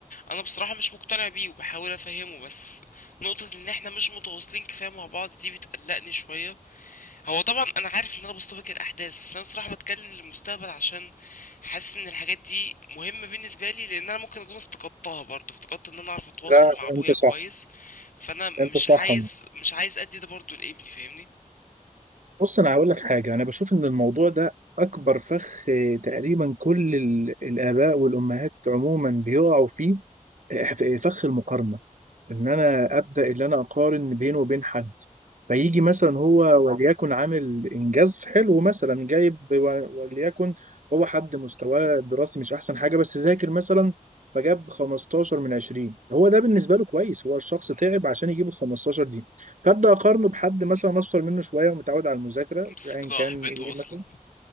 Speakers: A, on the left; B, on the right.
A: انا بصراحة مش مقتنع بيه وبحاول افهمه بس نقطة ان احنا مش متواصلين كفاية مع بعض دي بتقلقني شوية هو طبعا انا عارف ان انا بستبق الاحداث بس انا بصراحة بتكلم للمستقبل عشان حاسس ان الحاجات دي مهمة بالنسبة لي لان انا ممكن اكون افتقدتها برضه افتقدت ان انا اعرف اتواصل
B: لا
A: مع ابويا
B: أنت صح
A: كويس فانا مش
B: أنت صح
A: عايز مش عايز ادي ده برضه لابني فاهمني
B: بص انا هقول لك حاجه انا بشوف ان الموضوع ده اكبر فخ آه، تقريبا كل ال- الاباء والامهات عموما بيقعوا فيه آه، فخ المقارنه ان انا ابدا ان انا اقارن بيني وبين حد فيجي مثلا هو وليكن عامل انجاز حلو مثلا جايب و- وليكن هو حد مستواه الدراسي مش احسن حاجه بس ذاكر مثلا فجاب 15 من 20 هو ده بالنسبه له كويس هو الشخص تعب عشان يجيب ال 15 دي فابدا اقارنه بحد مثلا اشطر منه شويه ومتعود على المذاكره
A: بس
B: ايا
A: كده
B: كان
A: هحبطه
B: ايه
A: اصلا
B: مثلا